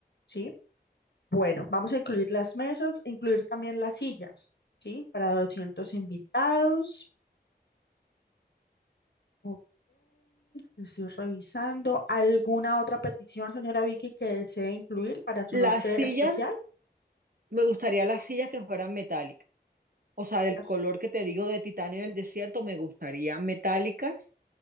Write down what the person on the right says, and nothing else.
Las
sillas,
me gustaría las sillas que fueran metálicas, o sea,
del color que te digo de titanio del desierto, me gustaría metálicas.